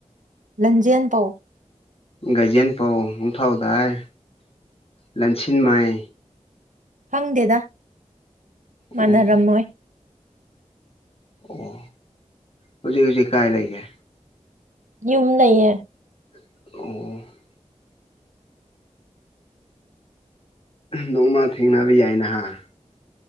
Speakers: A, on the right; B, on the left.
A: ꯂꯟꯖꯦꯟꯄꯧ
B: ꯔꯖꯦꯟ ꯄꯥꯎ ꯑꯣꯟꯐꯥꯎꯗꯥꯏ ꯂꯟꯁꯤꯟ ꯃꯥꯏ
A: ꯍꯪꯗꯦꯗ
B: ꯑꯣ
A: ꯃꯥꯟꯅꯔꯝꯃꯣꯏ
B: ꯑꯣ ꯍꯧꯖꯤꯛ ꯍꯧꯖꯤꯛ ꯀꯥꯏ ꯂꯩꯒꯦ
A: ꯌꯨꯝ ꯂꯩꯌꯦ
B: ꯑꯣ ꯅꯣꯡꯃ ꯊꯦꯡꯅꯕ ꯌꯥꯏ ꯅꯍꯥꯛ